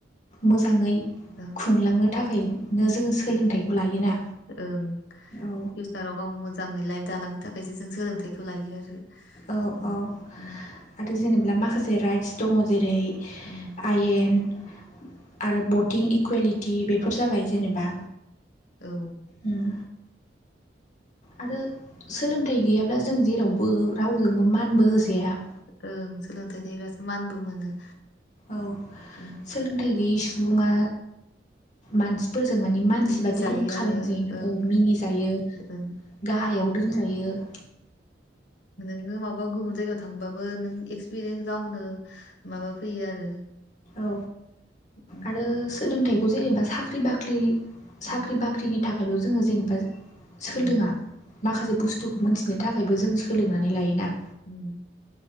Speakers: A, on the left; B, on the left.
A: मोजाङै
B: ओं
A: खुंलांनो थाखाय नो जोङो सोलोंथाइखौ लायोना
B: ओं
A: औ
B: फिउसाराव गाव मोजाङै लाइफ दालांनो थाखायसो जों सोलोंथाइखौ लायो आरो
A: औ
B: उम
A: औ
B: उम
A: आरो जेनेबा माखासे राइटस दङ जेरै
B: उम
A: आयेन आरो बटिं इकुवेलिटि बेफोर जाबाय जेनेबा
B: औ
A: उम आरो सोलोंथाइ गैयाब्ला जों जेरावबो रावजोंबो मानबो होजाया
B: ओं सोलोंथाइ थायोब्लासो मानबो मोनो
A: औ
B: ओं
A: सोलोंथाइ गैयै सुबुङा मानसि फोरजों माने मानसि
B: मिनिजायो
A: बादिखौनो खालामजाया
B: आरो ओं
A: औ मिनिजायो
B: ओं
A: गाहायाव दोनजायो <inaudible>
B: नोंङो माबा माबा गुबुन जायगायाव थांबाबो नों एक्सपिरियेन्स गावनो माबा फैयो आरो
A: औ
B: उम
A: आरो सोलोंथाइखौ जेनेबा
B: उम
A: साख्रि बाख्रि साख्रि
B: उम
A: बाख्रिनि थाखायल' जोंङो जेनेबा सोलोङा
B: ओं
A: माखासे बुस्थु मोनथिनो थाखायबो जों सोलोंनानै लायोना
B: उम